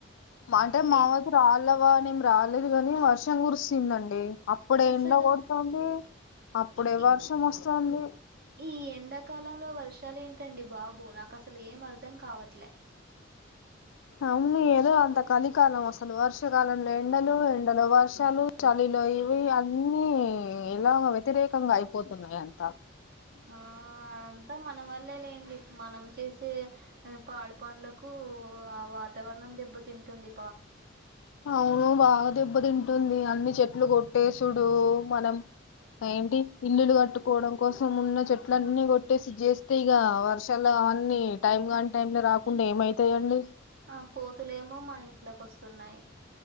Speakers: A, on the left; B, on the right.
A: అంటే
B: మీ
A: మా వైపు రాళ్ళ అబా నేం రాలేదు గాని వర్షం కురిస్తుందండి అప్పుడ
B: అసలు
A: ఎంండ కొడుతోంది అప్పుడే
B: ఈ
A: వర్షం వస్తుంది
B: ఈ ఎండాకాలంలో వర్షాలు ఏంటండి బాబు నాకు అసలేం అర్ధం కావట్లే
A: అవును ఏదో అంత కలికాలం అసలు వర్షాకాలంలో ఎండలు ఎండలో వర్షాలు చలిలో ఇవి అన్నీ ఇలా వ్యతిరేకంగా అయిపోతున్నాయి అంతా
B: ఆ అన్ అంత మన వల్లే లేండి మనం చేసే పాడు పనులకూ ఆ వాతావరణం దెబ్బ తింటుంది
A: అవును వాదు దెబ్బ తింటుంది అన్ని చెట్లు కొట్టేసుడు మనం ఏంటి ఇల్లులు కట్టుకోవడం కోసం ఉన్న చెట్లన్నీ కొట్టేసి చేస్తే ఇగ వర్షాలు అవన్నీ టైమ్ కానీ టైం లో రాకుంటె ఏమైతాదండి
B: ఆ కోతులేమో మన ఇంట్లకొస్తున్నాయి